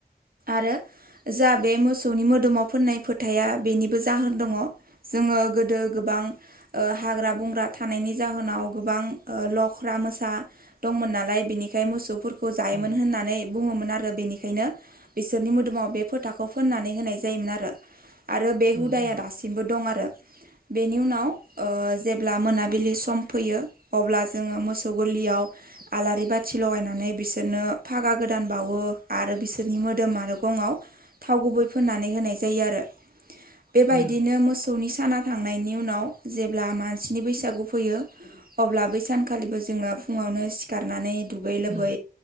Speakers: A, on the right (about 60°); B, on the right (about 40°).
A: आरो जा बे मोसौनि मोदोमाव फोननाय फोथाया बेनिबो जाहोन दङ'। जोङो गोदो गोबां ओ हाग्रा बंग्रा थानायनि जाहोनाव गोबां लख्रा मोसा दंमोन नालाय बेनिखाय मोसौफोर खौ जायोमोन
B: उम
A: होननानै बुङोमोन आरो बेनिखायनो बिसोरनि मोदाव बे फोथाखौ फोननानै होनाय जायोमोन आरो आरो बे
B: उम
A: हुदाया दासिमबो दं आरो। बेनि उनाव ओ जेब्ला मोनाबिलि सम फैयो अब्ला जोङो मोसौ गलियाव आलारि बाथि लगायनानै बिसोरनो फागा गोदान बावो आरो बिसोरनि मोदोम आरो गङाव थाव गुबै फोननानै होनाय जायो आरो बेबायदिनो
B: उम
A: मोस सौनि साना थांनायनि उनाव जेब्ला मानसिनि बैसागु फैयो अब्ला बै सानखालिबो जोङो फुङावनो सिखारनानै दुगै लोबै
B: उम